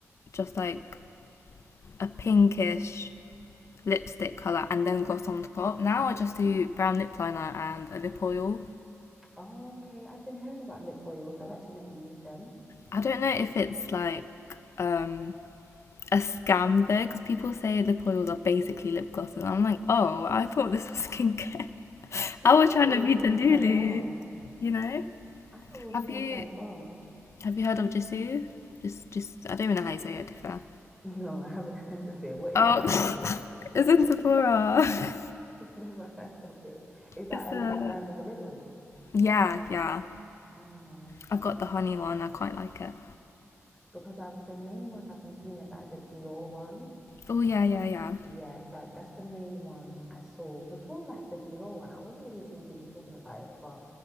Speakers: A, on the left; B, in the centre.
A: just like a pinkish lipstick color and then gloss on top. Now I just do brown lip liner and a lip oil.
B: Oh, okay. I've been hearing about lip oils. I've actually never used them.
A: I don't know if it's like um a scam though because people say lip oils are basically lip glosses. I'm like, oh, I thought this was skincare. <laughs>
B: Yeah,
A: I was
B: I thought
A: trying
B: it
A: to
B: was
A: be the
B: skincare
A: Lulu,
B: as well.
A: you know.
B: I thought it was
A: Have
B: skincare
A: you
B: as well. <laughs>
A: have you heard of Jisoo? Just just I don't even know how you say it. To be fair.
B: No, I haven't <laughs> heard of it. What is
A: Oh,
B: that? A lip oil? <laughs>
A: <laughs> it's
B: I've
A: in Sephora. <laughs>
B: never heard of it. Is that
A: It's
B: a,
A: a
B: a brand of a lip oil?
A: yeah yeah.
B: Oh,
A: I've got the honey one. I quite like it.
B: because I've the main ones I've been seeing is like the Dior one.
A: Oh yeah yeah yeah.
B: Yeah, so that's the main one I saw before, like the Dior one. I wasn't really seeing people talking about it, but